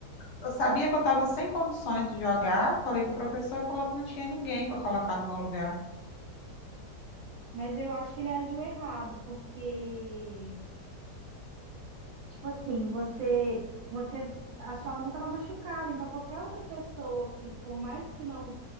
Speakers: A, on the left (about 80°); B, on the right (about 65°).
A: eu sabia que eu estava sem condições de jogar, falei pro professor e falou que não tinha ninguém para colocar no meu lugar.
B: Mas eu acho que ele agiu errado, porque, tipo assim, você, você, a sua mão estava machucada, então qualquer outra pessoa que, por mais que não